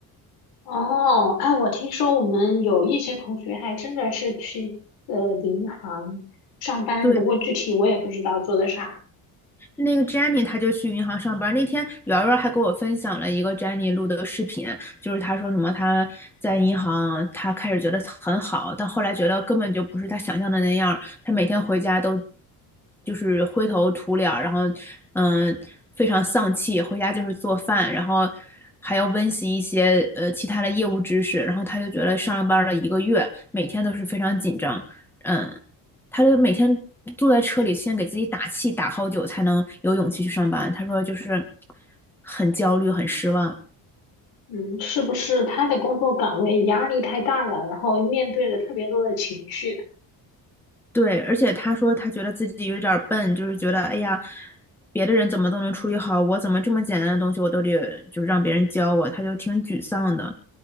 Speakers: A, on the left; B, in the centre.
A: 哦，哎，我听说我们有一些同学还真的是去呃银行上班，
B: 对
A: 不过具体我也不知道做的啥。
B: 那个 Jenny 她就去银行上班那天瑶瑶还给我分享了一个 Jenny 录的视频，就是她说什么她在银行，她开始觉得很好，但后来觉得根本就不是她想象的那样儿。她每天回家都就是灰头土脸儿然后嗯非常丧气，回家就是做饭，然后还要温习一些呃其他的业务知识。然后她就觉得上了班儿了一个月，每天都是非常紧张，嗯。他就每天坐在车里，先给自己打气，打好久才能有勇气去上班。他说就是很焦虑，很失望。
A: 嗯，是不是他的工作岗位压力太大了，然后面对了特别多的情绪？
B: 对，而且他说他觉得自己有点儿笨，就是觉得哎呀，别的人怎么都能处理好，我怎么这么简单的东西我都得就是让别人教我，他就挺沮丧的。